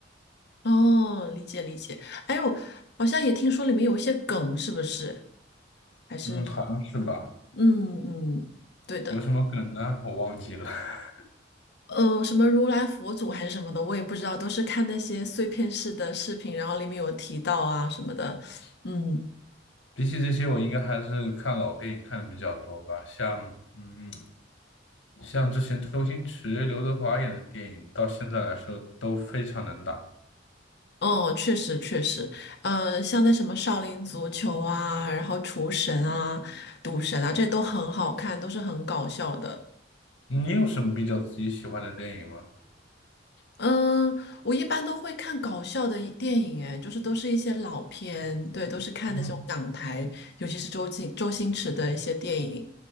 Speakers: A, on the left; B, on the left.
A: 哦，理解理解。哎呦，好像也听说里面有一些梗，是不是？还是
B: 嗯，好像是吧？
A: 嗯嗯，对的。
B: 有什么梗呢？我忘记了。<laughs>
A: 呃，什么如来佛祖还是什么的，我也不知道，都是看那些碎片式的视频，然后里面有提到啊什么的。嗯，
B: 比起这些，我应该还是看老电影看的比较多吧，像，嗯，像之前周星驰、刘德华演的电影，到现在来说都非常能打。
A: 哦，确实确实，呃，像那什么少林足球啊，然后厨神啊、赌神啊，这都很好看，都是很搞笑的。
B: 你有什么比较自己喜欢的电影吗？
A: 嗯，我一般都会看搞笑的一电影，哎，就是都是一些老片，对，都是看那种港台，
B: 嗯。
A: 尤其是周星周星驰的一些电影，